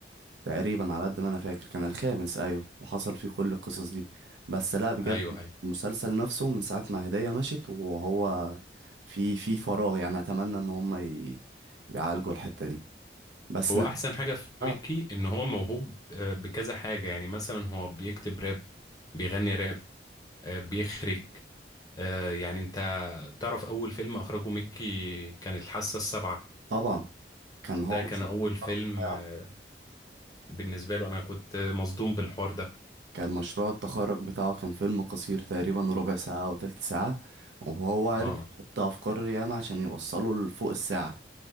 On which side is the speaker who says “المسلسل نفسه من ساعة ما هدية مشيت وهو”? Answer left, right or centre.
Right